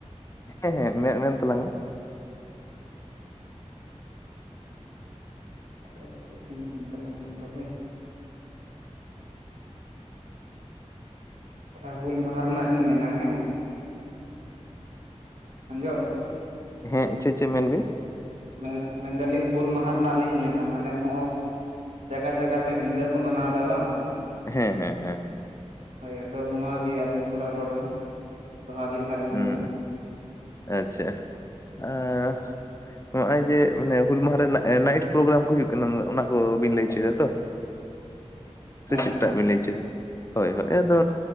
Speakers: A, on the left; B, on the right.
A: ᱦᱮᱸ ᱦᱮᱸ ᱢᱮᱼᱢᱮᱱ ᱛᱟᱞᱟᱝ ᱢᱮ?
B: ᱟᱪᱷᱟ ᱪᱮᱫ ᱤᱧ ᱢᱮᱱ ᱛᱟᱞᱟᱝᱼᱟ ᱛᱚᱵᱮ ᱟᱪᱪᱷᱟ ᱦᱩᱞ ᱢᱟᱦᱟ ᱨᱮᱱᱟᱜ ᱤᱧ ᱢᱮᱱᱟ ᱦᱮᱸᱼᱼ ᱟᱸᱡᱚᱢ
A: ᱦᱮᱸ ᱪᱷᱮ ᱪᱷᱳᱡ ᱢᱮᱱ ᱵᱤᱱ?
B: ᱢᱮᱫ ᱢᱮᱱᱫᱟᱞᱤᱧ ᱦᱩᱞ ᱢᱟᱦᱟᱸ ᱨᱮᱱᱟᱜ ᱞᱤᱧ ᱢᱮᱱᱟ ᱢᱟᱱᱮ ᱦᱚᱸᱜᱼᱼ ᱡᱟᱭᱜᱟ ᱡᱟᱭᱜᱟ ᱛᱮ ᱧᱤᱫᱟᱹ ᱠᱚ ᱢᱟᱱᱟᱣ ᱮᱫᱟ ᱵᱟᱝ?
A: ᱦᱮᱸ ᱦᱮᱸ ᱦᱮᱸ
B: ᱦᱳᱭ ᱟᱫᱚ ᱱᱚᱣᱟ ᱜᱮ ᱟᱵᱮᱱ ᱛᱷᱚᱲᱟ ᱨᱚᱲ ᱵᱮᱱ᱾ ᱫᱚᱦᱲᱟ ᱟᱹᱞᱤᱧ ᱦᱟᱸᱜ ᱞᱤᱧ
A: ᱦᱩᱸ
B: ᱢᱮᱱᱟ
A: ᱟᱪᱪᱷᱟ ᱟᱨᱼᱼ ᱱᱚᱜ ᱚᱭ ᱡᱮ ᱦᱩᱞ ᱢᱟᱦᱟ ᱨᱮᱱᱟᱜ ᱱᱟᱭᱤᱴ ᱯᱨᱳᱜᱨᱟᱢ ᱠᱚ ᱦᱩᱭᱩᱜ ᱠᱟᱱᱟ ᱚᱱᱟ ᱠᱚ ᱵᱤᱱ ᱞᱟᱹᱭ ᱦᱚᱪᱚᱭᱮᱫᱟ ᱛᱚ? ᱥᱮ
B: ᱦᱮᱸ
A: ᱪᱮᱫᱴᱟᱜ
B: ᱦᱮᱸ
A: ᱵᱤᱱ ᱞᱟᱹᱭ ᱦᱚᱪᱚᱭᱮᱫᱟ ᱦᱳᱭ ᱦᱳᱭ ᱟᱫᱚᱼᱼ